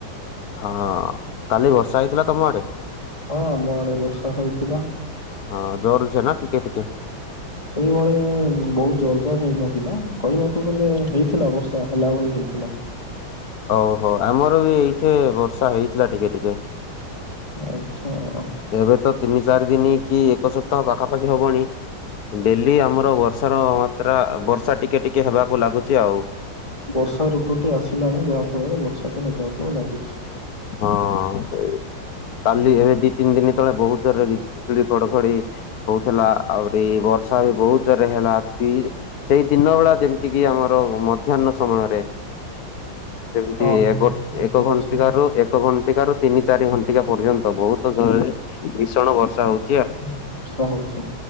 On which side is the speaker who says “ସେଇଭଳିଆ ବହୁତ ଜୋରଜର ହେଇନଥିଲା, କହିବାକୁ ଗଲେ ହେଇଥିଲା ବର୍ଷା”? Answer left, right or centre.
Left